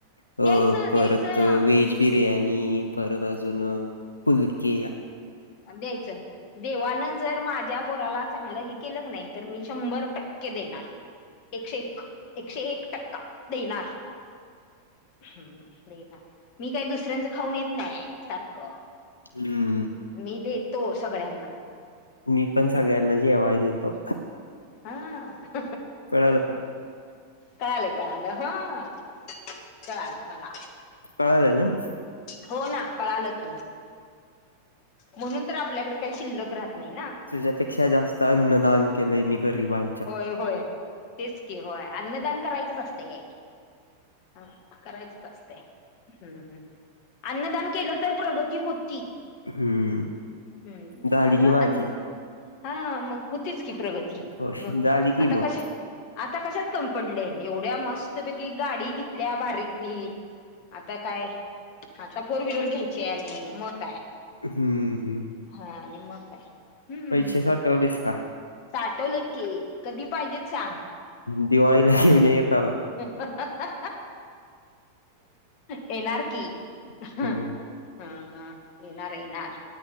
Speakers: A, on the left (about 85°); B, on the left (about 45°).
A: अ
B: द्यायचं द्यायचं
A: परत वेज बिर्याणी, परत अजुन फुलकं.
B: अ द्यायचं. देवानं जर माझ्या पोराला चांगलं हे केलं नाही तर मी शंभर टक्के देणार. एकशे एक एकशे एक टक्का देणार. हम्म दे ना मी काही दुसऱ्यांचं खाऊन येत नाही सारखं.
A: हम्म
B: मी देतो सगळ्यांना.
A: मी पण सगळ्यांना जेवाय देतो.
B: हा <inaudible>
A: कळालं का
B: कळालं कळालं हां कळालं मला,
A: कळालं ना
B: हो ना कळालं की. म्हणून तर आपल्याकडे काही शिल्लक राहत नाही ना.
A: तुझ्यापेक्षा जास्त अन्नदान केलंय मी गरिबां
B: होय होय तेच की होय अन्नदान करायचं असते की, हा करायचच असते हम्म हम्म. अन्नदान केलं तर प्रगती होती.
A: हम्म
B: हम्म
A: झाली
B: त्यामुळं
A: की माझी
B: अन्न हा मग होतीच की प्रगती,
A: हो
B: मग
A: झाली की
B: आता
A: मग
B: कश आता कशात कमी पडलेय मस्त पैकी गाडी भारीतली. आता काय आता फोर व्हीलर घ्यायचे आणि मग काय.
A: हम्म
B: हा आणि मग, हम्म
A: पैसे साठवलेस का?
B: साठवलेत की कधी पाहिजेत सांग.
A: दिवाळीला घेऊन ये येताना.
B: ह <inaudible> येणार की हा
A: हम्म
B: हा येणार येणार.